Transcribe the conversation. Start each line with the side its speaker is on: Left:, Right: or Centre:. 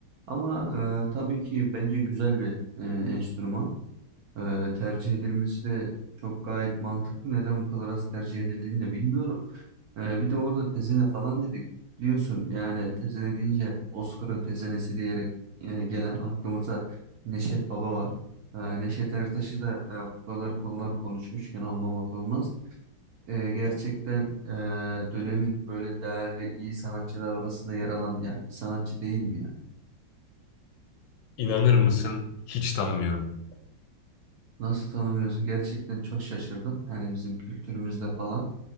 Right: Ama e, tabii ki bence güzel bir e, enstrüman. Ee, tercih edilmesi de çok gayet mantıklı. Neden bu kadar az tercih edildiğini de bilmiyorum. Ee, bir de orada tezene falan dedik. Biliyorsun yani tezene deyince Oscar'ın tezenesi diyerek e, gelen aklımıza Neşet Baba var. Ee, Neşet Ertaş'ı da e, bu kadar konular konuşmuşken anmamak olmaz. Ee, gerçekten e, dönemin böyle değerli iyi sanatçılar arasında yer alan ya bir sanatçı değil mi ya?
Left: İnanır mısın? Hiç tanımıyorum.
Right: Nasıl tanımıyorsun? Gerçekten çok şaşırdım. Yani bizim kültürümüzde falan.